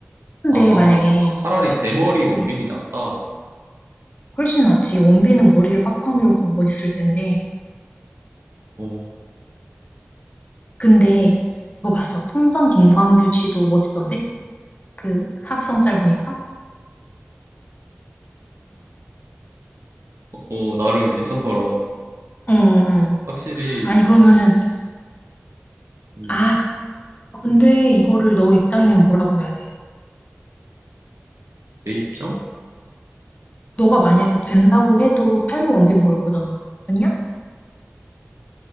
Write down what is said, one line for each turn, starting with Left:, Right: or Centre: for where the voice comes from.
Left: 근데
Right: 아,
Left: 만약에,
Right: 차라리 대머리
Left: 이렇게,
Right: 원빈이 낫다.
Left: 훨씬 낫지. 원빈은 머리를 빡빡 밀어도 멋있을 텐데.
Right: 어,
Left: 근데, 그거 봤어. 풍성 김광규 씨도 멋있던데? 그, 합성짤 보니까?
Right: 어, 나름 괜찮더라.
Left: 응, 응. 응.
Right: 확실히
Left: 아니, 그러면은,
Right: 음,
Left: 아, 근데 이거를 너 입장이면 뭐라고 해야 돼?
Right: 내 입장?
Left: 너가 만약에 된다고 해도 삶은 원빈고를 거잖아. 아니야?